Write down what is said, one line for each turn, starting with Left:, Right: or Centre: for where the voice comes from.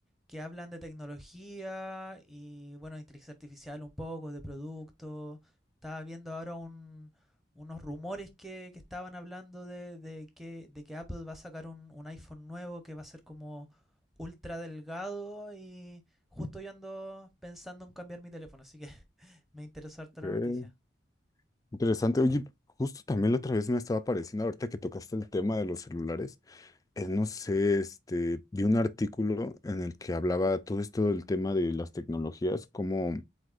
Centre: que hablan de tecnología y, bueno, de inteligencia artificial un poco, de productos. Estaba viendo ahora un, unos rumores que, que estaban hablando de, de que, de que Apple va a sacar un, un iPhone nuevo que va a ser como ultra delgado y justo yo ando pensando en cambiar mi teléfono, así que <laughs> me interesó harto
Left: Ok.
Centre: la noticia.
Left: Interesante, oye, justo también la otra vez me estaba pareciendo, ahorita que tocaste el tema de los celulares, eh, no sé, este, vi un artículo en el que hablaba todo esto del tema de las tecnologías, cómo